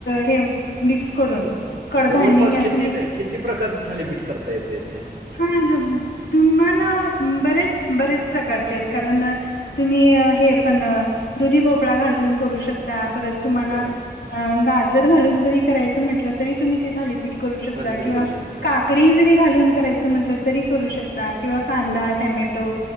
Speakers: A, on the left; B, on the right.
A: हे मिक्स करून. कडधान्य
B: जवळपास
A: हे
B: किती
A: असं मिक्स-
B: किती प्रकारचे थालीपीठ करता येतय?
A: हा. तुम्हाला बरेच बरेच प्रकारचे आहेत कारण- तुम्ही हे पण दुधीभोपळा घालून करू शकता. ता परत तुम्हाला
B: बर
A: गाजर घालुन जरी करायच म्हटल तरी तुम्ही ते थालीपीठ- करू शकताय
B: थालीपीठ
A: कींवा
B: करू शकताय
A: काकडी जरी घालून कराय - म्हटलं तरी करू शकता किंवा कांदा
B: बर
A: टोमॅटो.